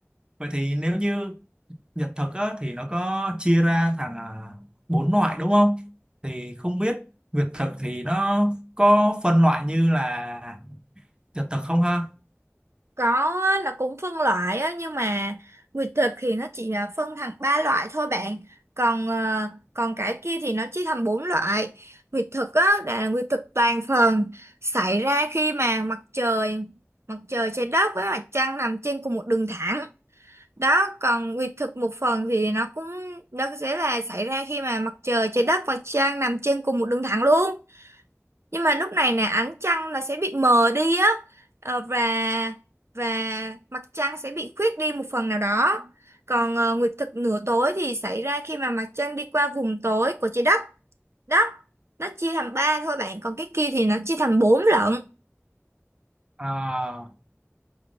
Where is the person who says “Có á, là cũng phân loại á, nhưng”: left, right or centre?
Right